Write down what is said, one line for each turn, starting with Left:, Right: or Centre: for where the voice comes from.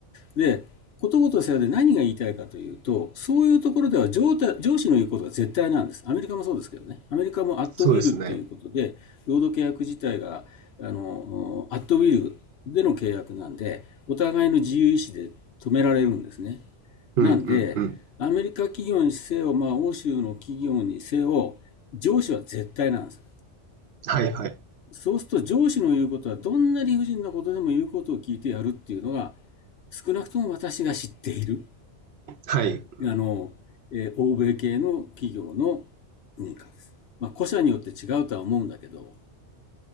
Left: で、ことごとさようで何が言いたいかというと、そういうところでは上た上司の言うことが絶対なんです。アメリカもそうですけどね。アメリカもアットウィルっていうことで、
Right: そうですね。
Left: 労働契約自体が、あの、アットウィルでの契約なんで、お互いの自由意志で止められるんですね。
Right: うんうんうん。
Left: なんで、アメリカ企業にせよ、まあ、欧州の企業にせよ、上司は絶対なんです。
Right: はいはい。
Left: そうすると上司の言うことはどんな理不尽なことでも言うことを聞いてやるっていうのが少なくとも私が知っている
Right: はい。
Left: あの、えー欧米系の企業の文化です。まあ、個社によって違うとは思うんだけど。